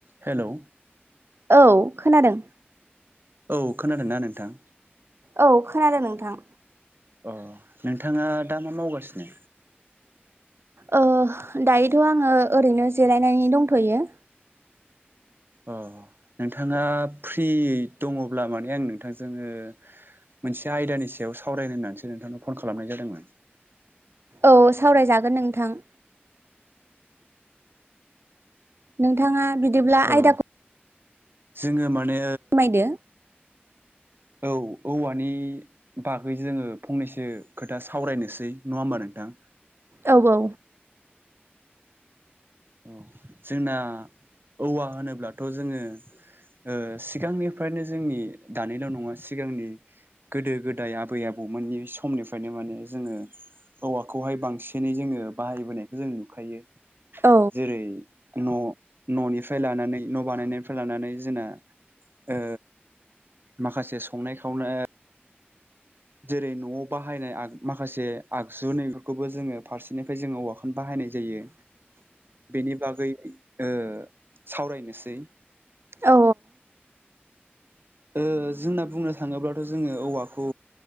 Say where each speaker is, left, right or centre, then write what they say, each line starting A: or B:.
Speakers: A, on the right; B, on the right.
A: Hello!
B: औ खोनादों।
A: औ खोनादोंना नोंथां?
B: औ खोनादों नोंथां।
A: अ नोंथाङा दा मा मावगासिनो?
B: ओ दायोथ' आङो ओरैनो जिरायनानै दंथ'यो।
A: अ नोंथाङा फ्रि दङब्ला माने आं नोंथांजोङो मोनसे आयदानि सायाव सावरायनोाय होननानैसो नोंथां नाव फन खालामनाय जादोंमोन।
B: औ सावरायजागोन नोंथां। नोंथाङा बिदिब्ला
A: औ
B: आयदाखौ
A: जोङो माने
B: फोरमायदो।
A: औ। औवानि बागै जोङो फंनैसो खोथा सावरायनोसै नङा होमबा नोंथां?
B: औ औ।
A: औ जोंना औवा होनोब्लाथ' जोङो ओ सिगांनिफ्रायनो जोंनि दानिल' नङा सिगांनि गोदो गोदाय आबै आबौ औ मोननि समनिफ्रायनो माने जोङो औवाखौहाय बांसिनै जोङो बाहायबोनायखौ जों नुखायो
B: औ
A: जेरै न' न'निफ्राय लानानै न' बानायनायनिफ्राय लानानै जोना ओ माखासे संनाय खावनाय जेरै न'आव बाहायनाय माखासे आगजु नैफोरखौबो जोङो फारसेनिफ्राय जोङो औवाखौनो बा हायनाय जायो बेनि बागै ओ सावरायनोसै।
B: औ
A: ओ जोंना बुंनो थाङोब्लाथ' जोङो औवाखौ